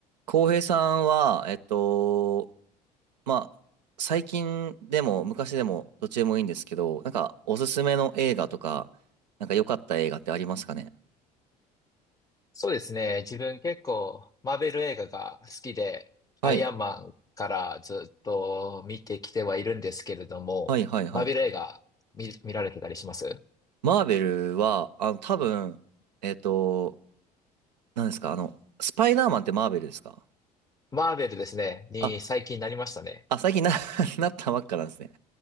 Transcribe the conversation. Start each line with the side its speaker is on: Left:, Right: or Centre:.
Right: 浩平さんは、えっと、まあ、最近でも昔でもどっちでもいいんですけど、なんかおすすめの映画とか、なんか良かった映画ってありますかね
Left: そうですね。自分結構マーベル映画が好きで、
Right: はい。
Left: アイアンマンからずっと見てきてはいるんですけれども、
Right: はいはいはい。
Left: マーベル映画見、見られてたりします
Right: マーベルは、あの、多分、えっと、何ですかあの、スパイダーマンってマーベルですか
Left: マーベルですね、に最近なりましたね。
Right: あ、あ、最近な、<laughs> なったばっかなんですね。